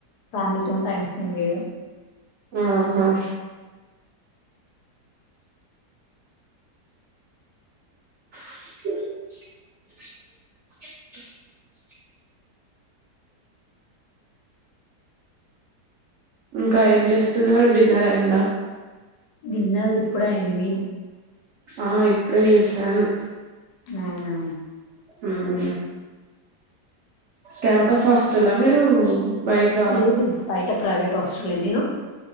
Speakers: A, on the left; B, on the right.
A: ఫ్యామిలీతో టైం స్పెండ్ చేయడం
B: ఆహా స అ ఇంకా ఏం చేస్తున్నారు డిన్నర్ అయిందా
A: డిన్నరు ఇప్పుడే అయింది
B: ఆ ఇప్పుడే చేసాను
A: అవునా
B: ఆ క్యాంపస్ హాస్టల్ మీరు బయట
A: లేదు బయట ప్రైవేట్ హాస్టలే మీరు